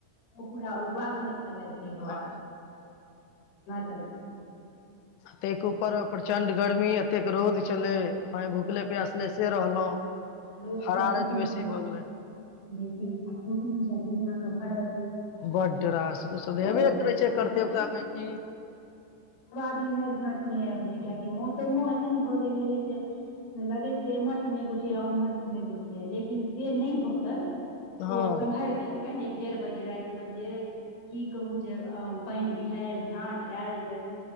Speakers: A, on the left; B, on the left.
A: ओ पूरा उपवासमे छलथि ताहि
B: ह।
A: सर्दी।
B: त एक पर प्रचं्ड गरमी। प्रत्येक रौद छल पाय भुकले। पसले से रहलहु
A: हँ लोक सब
B: हराारत
A: कुटुम्ब
B: बेसी
A: सब
B: भऽ गेलै।
A: बेसी आ कुटुम्ब सब दुनिया के भरल।
B: बड्ड रास ओसभ
A: <unintelligible>
B: हेबे करै छै कर्तव्यता
A: हा
B: मे की
A: भी है घाट मे। जे कआाकि मौसमो एहन भऽ गेले हे जे। लगै छल एम्हर समे घुठैा उम्हर समे घुठैया लेकिन से नहि भऽ केऽ।
B: हँ
A: ओ सम्भहार देल एक डेढ़ बजे राति मे जे की कहू जे पानि बिहाड़ि झाट आयल जे